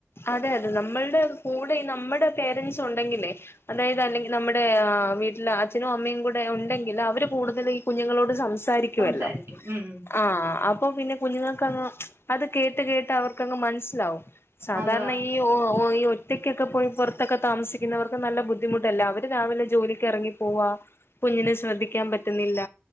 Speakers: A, on the left; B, on the right.
A: അതെ അതെ നമ്മളുടെ കൂടെ നമ്മുടെ പേരന്റ്സ് ഉണ്ടെങ്കിലേ അതായത് അല്ലെങ്കിൽ നമ്മുടെ വീട്ടിലെ അച്ഛനും അമ്മയും കൂടെ ഉണ്ടെങ്കിൽ അവര് കൂടുത- കുഞ്ഞുങ്ങളോട് സംസാരിക്കുമല്ലോ
B: സംസാരിക്കും ഉം
A: ആ അപ്പൊ പിന്നെ കുഞ്ഞുങ്ങൾ- ങ് അത് കേട്ട് കേട്ട് അവർക്കങ്ങ് മനസ്സിലാവും സാധാരണ
B: അതാ
A: ഈ ഓ ഒറ്റയ്ക്കൊക്കെ പോയി പുറത്തൊക്കെ താമസിക്കുന്നവർക്ക് നല്ല ബുദ്ധിമുട്ടല്ല അവര് രാവിലെ ജോലിക്ക് ഇറങ്ങി പോവാ കുഞ്ഞിനെ ശ്രദ്ധിക്കാൻ പറ്റുന്നില്ല